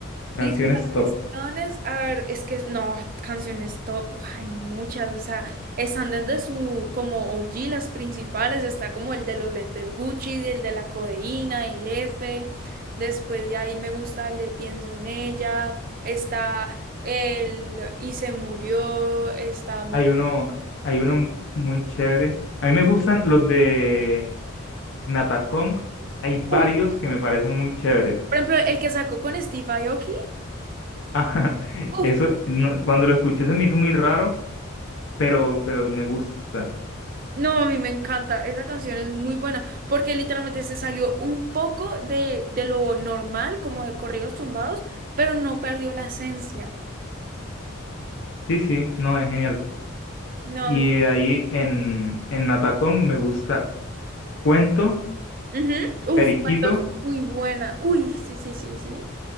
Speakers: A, on the left (about 60°); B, on the right (about 40°).
A: canciones
B: Mis
A: top.
B: canciones, a ver, es que no, canciones top, hay muchas, o sea, están desde su como OG, las principales, está como el de los lentes Gucci, el de la codeína, el F, después de ahí me gusta el de Pienso en ella, está el Y se murió, está Mortal,
A: Hay uno, hay uno muy chévere. A mí me gustan los de Nata Kong. Hay varios
B: por
A: que me parecen muy chéveres.
B: ejemplo, el que sacó con Steve Aoki,
A: <laughs> Ajá,
B: uf,
A: eso, no- cuando lo escuché se me hizo muy raro, pero, pero me gusta.
B: No, a mí me encanta. Esa canción es muy buena porque literalmente se salió un poco de, de lo normal, como de corridos tumbados, pero no perdió la esencia.
A: Sí, sí, no, es genial.
B: No.
A: Y de ahí en, en Nata me gusta Cuento,
B: ujú,
A: Periquito.
B: Uf, entonces, muy buena. Uy, sí, sí, sí, sí.